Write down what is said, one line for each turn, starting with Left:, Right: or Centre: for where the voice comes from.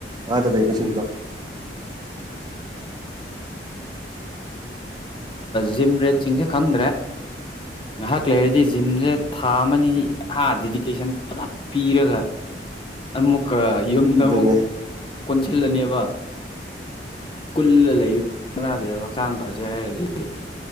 Right: ꯑꯥꯗ ꯂꯩꯕꯁꯤꯡꯗꯣ
Left: ꯎꯝ ꯖꯤꯝ ꯔꯦꯠꯁꯤꯡꯁꯦ ꯈꯪꯗ꯭ꯔꯦ ꯉꯥꯏꯍꯥꯛ ꯂꯩꯔꯗꯤ ꯖꯤꯝꯁꯦ ꯊꯥ ꯑꯃꯅꯤ ꯑꯥ ꯗꯦꯗꯤꯀꯦꯁꯟ ꯐꯖꯞ ꯄꯤꯔꯒ ꯑꯃꯨꯛꯀ ꯌꯨꯝꯗ
Right: ꯑꯗꯨꯅꯦ
Left: ꯑꯃꯨꯛ ꯀꯣꯟꯁꯤꯜꯂꯅꯦꯕ ꯀꯨꯜ ꯂꯩꯌ ꯀꯅꯥꯗ ꯍꯛꯆꯥꯡ ꯐꯁꯦ ꯍꯥꯏꯔꯗꯤ